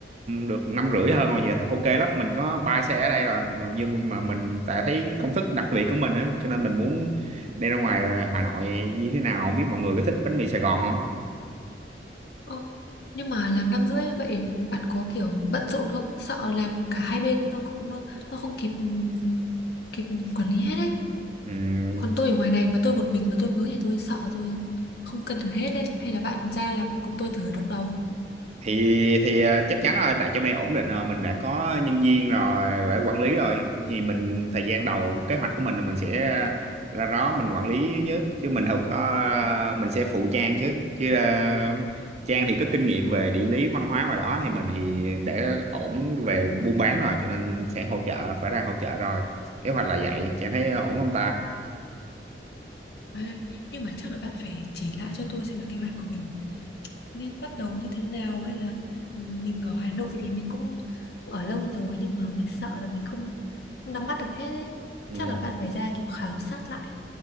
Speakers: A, on the right; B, on the left.
A: được năm rưỡi hơn rồi giờ ok lắm. Mình có ba xe ở đây rồi, mà, nhưng mà mình tại thấy công thức đặc biệt của mình á, cho nên mình muốn đem ra ngoài Hà Nội như thế nào. Không biết mọi người có thích bánh mì Sài Gòn không?
B: Ồ, nhưng mà làm năm rưỡi vậy bạn có kiểu bận rộn không? Sợ làm cả hai bên nó cũng nó, nó không kịp ừ, kịp quản lý hết đấy.
A: Ừ,
B: Còn tôi ở ngoài này mà tôi một mình mà tôi mới thì tôi sợ tôi không cân được hết đấy. Hay là bạn ra làm cùng tôi thử độc đầu.
A: thì thì ờ, chắc chắn rồi tại trong này ổn định rồi mình đã có nhân viên rồi đã quản lý rồi thì mình thời gian đầu kế hoạch của mình là mình sẽ ra đó mình quản lý chứ chứ mình không có mình sẽ phụ Trang chứ chứ là Trang thì có kinh nghiệm về địa lý văn hóa ngoài đó thì mình thì đã ổn về buôn bán rồi cho nên sẽ hỗ trợ phải ra hỗ trợ rồi kế hoạch là vậy Trang thấy ổn không ta
B: À, nhưng mà chắc là bạn phải chỉ lại cho tôi xem là kế hoạch của mình nên bắt đầu như thế nào hay là ừ, mình ở Hà Nội thì mình cũng cũng ở lâu rồi nhưng mà mình sợ là mình không không nắm bắt được hết ấy
A: ừ,
B: chắc là bạn phải ra kiểu khảo sát lại